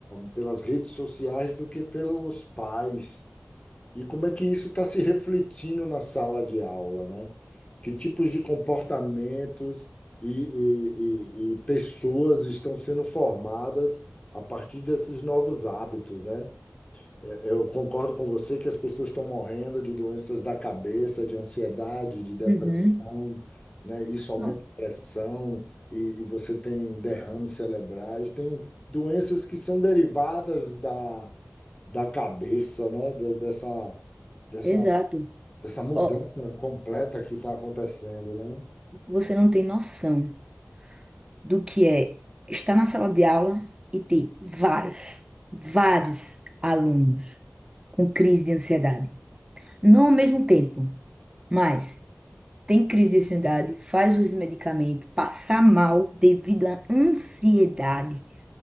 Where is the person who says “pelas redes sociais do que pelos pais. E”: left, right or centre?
Left